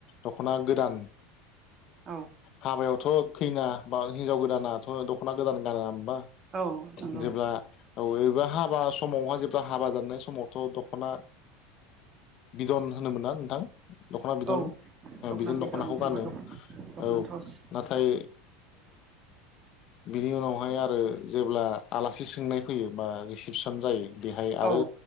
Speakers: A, on the left; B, on the right.
A: दख'ना गोदान।
B: औ
A: हाबायावथ' खैना बा हिनजाव गोदानाथ' दख'ना गोदान गानो न होनबा
B: औ नंगौ
A: जेब्ला अबेबा हा समावहा जेब्ला हाबा जानाय समावथ' दख'ना बिदन होनोमोना नोंथां। दखना बिदन
B: औ दख'ना
A: बिजों
B: बिदन
A: दख'नाखौ गानो
B: एबा दख'ना
A: औ
B: थावसि
A: नाथाय बिनि उनावहाय आरो जेब्ला आलासि सोंनाय फैयो बा रिसिपसन जायो। बेहाय आरो
B: औ